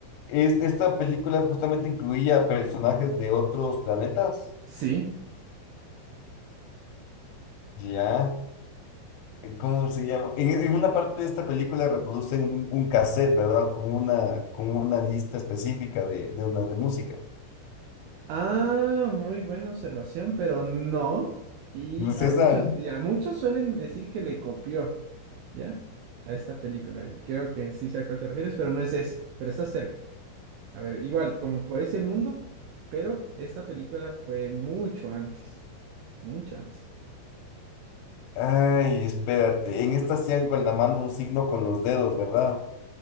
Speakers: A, on the left (about 80°); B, on the right (about 85°).
A: es, esta película justamente incluía personajes de otros planetas.
B: Sí.
A: Ya. eh, ¿Cómo se llama? En, en una parte de esta película reproducen un, un cassette, ¿verdad? Con una, con una lista específica de, de, una, de música.
B: Ah, muy buena observación, pero no. Y
A: Pues
B: a
A: esa,
B: muchos, y a muchos suelen decir que le copió, ¿ya? A esta película. Y Creo que sí sé a cuál te refieres, pero no es ese, pero está cerca. A ver, igual, como por ese mundo, pero esta película fue mucho antes, mucho antes.
A: ay, espérate, en esta hacían con la mano un signo con los dedos, ¿verdad?